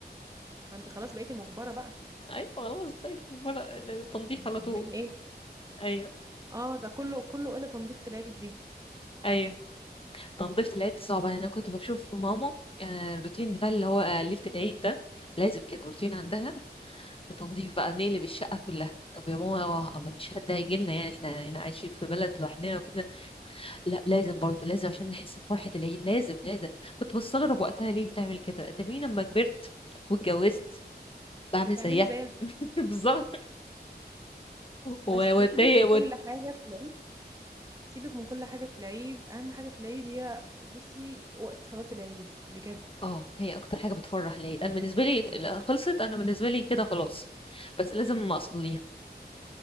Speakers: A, on the right; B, on the left.
A: ما انت خلاص بقيتي مجبرة بقى
B: ايوه خلاص طيب مرة تنظيف
A: هتعملي
B: على طول
A: ايه
B: ايوه
A: اه ده كله كله إلا تنظيفة العيد دي
B: ايوه تنظيف العيد دي صعبة يعني انا كنت بشوف ماما يعني الروتين بتاع اللي هو آه، ليلة العيد ده لازم كده روتين عندها تنظيف بقى نقلب الشقة كلها طب يا ماما هو ما فيش حد هيجي لنا يعني احنا هنا عايشين في بلد لوحدنا وكده لا لازم برضو لازم عشان نحس بفرحة العيد لازم لازم كنت بستغرب وقتها ليه بتعمل كده تبين لما كبرت واتجوزت بعمل
A: بتعملي
B: زيها
A: زيها
B: <laughs> بالظبط و-
A: بس
B: واتضايق
A: سيبك من كل حاجة في العيد سيبك من كل حاجة في العيد أهم حاجة في العيد هي بصي وقت صلاة العيد بجد
B: اه هي اكتر حاجه بتفرح ليا انا بالنسبه لي لا، خلصت انا بالنسبه لي كده خلاص بس لازم اصليها